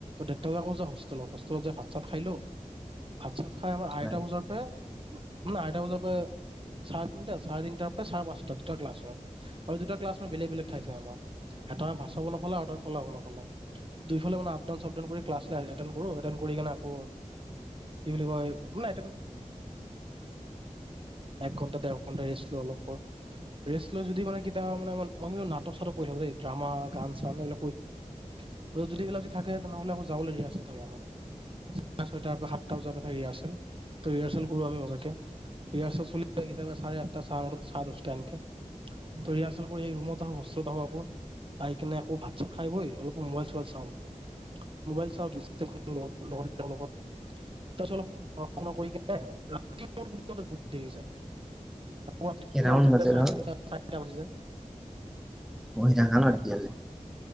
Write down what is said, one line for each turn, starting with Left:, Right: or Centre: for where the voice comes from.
Right: দেৰটা বজাৌ বজা ত হেলত যে ভাত চাত খাই লো <unintelligible> চাত খাই আমাৰ আহৈতা
Centre: হয়।
Right: বজাৰ পৰা ন আঠটা বজা প <unintelligible> সাত চাৰে পচ্লা হয় আৰু দুটা ক্লা বেলেগ বেলেগ ঠাই আমাৰ এটা ভা আৰু কলাফালে মানে আপাউনাউন কৰি্লানে আকৌ বুলি ক মে আমিণ্টাৰ <unintelligible> ৰে ল অলপ ৰেষ্ট লৈ যদি মানে কা মানে মই কিন্তু নাটক চাটক কৰি থাকওঁ দেই ড্ৰামা গান চান এইবিলাক কৰি থ যদি এইবিলাক <unintelligible> থাকে তেনেহ'লে আকৌ যাবলগীয়া আছিল। <unintelligible> চাৰে ছয়তাৰ পৰা সাতটা বজাৰ পৰা থাকে ৰিহাৰ্চেল। তৌ ৰিহাৰ্চেল কৰো আমি মজাকে, ৰিহাৰ্চেল চলিলে কিতাবা চাৰে আঠটা, চাৰে নটা, চাৰে দচটা এনকে। ত' ৰিহাৰ্ছেল কৰি সেই ৰুমত আহু, হোষ্টেলত আহু আকৌ আহি কিনে আকৌ ভাত চাত খাই বৈ অলপ মবাইল চবাইল চাওঁ, মবাইল চাওঁ <unintelligible> কৰোঁ লগৰ - লগৰ কিতাৰ লগত। তাৰপিছত অলপ পঢ়া-শুনা কৰি কেনে <unintelligible> <unintelligible>
Centre: কেইটামান
Right: চাৰে
Centre: বাজে
Right: তিনিটা,
Centre: ধৰ
Right: চাৰিটা বাজি যায়।
Centre: পঢ়ি থাকা ন তেতিয়ালৈ?